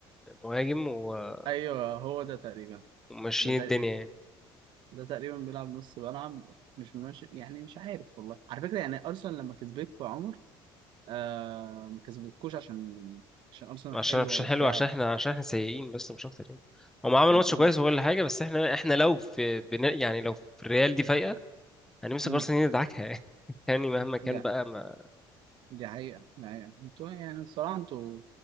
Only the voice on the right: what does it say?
ايوه هو ده تقريبا
ده تقريبا
ده تقريبا بيلعب نص ملعب مش ماشي يعني مش عارف والله على فكرة يعني ارسنال لما كسبتكوا يا عمر آه ما كسبتكوش عشان عشان ارسنال
حلوة
وبتاع
يعني
انتوا
كنتوا-
مم.
دي
دي حقيقة دي حقيقة انتوا يعني الصراحة انتوا